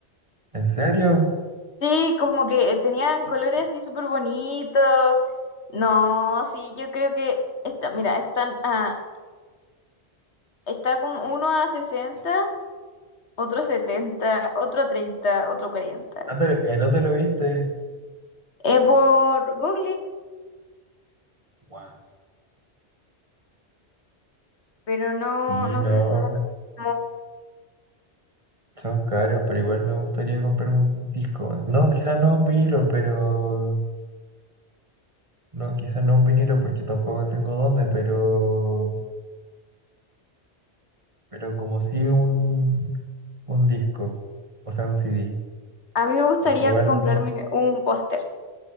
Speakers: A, on the right; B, on the left.
A: ¿En serio?
B: Sí, como que tenían colores así súper bonitos. No, sí, yo creo que... Esta, mira, están a Está como uno a sesenta otro a 70, otro a 30, otro a 40.
A: ¿Dónde- ¿En dónde lo viste?
B: Es por Google,
A: Wow.
B: pero no,
A: Sí,
B: no
A: no.
B: sé si... como-
A: Son caros, pero igual me gustaría comprar un disco. No, quizás no un vinilo, pero... No, quizás no un vinilo porque tampoco tengo dónde, pero... Pero como sí un, un disco. O sea, un CD.
B: A mí me gustaría
A: Porque igual
B: comprarme un póster,